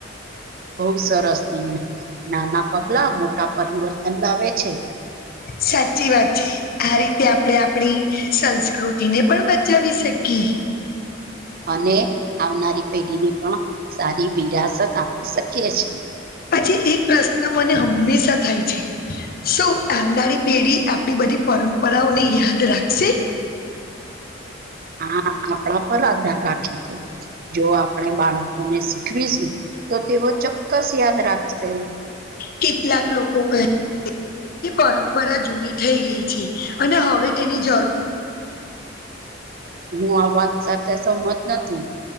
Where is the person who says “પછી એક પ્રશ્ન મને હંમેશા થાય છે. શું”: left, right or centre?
Left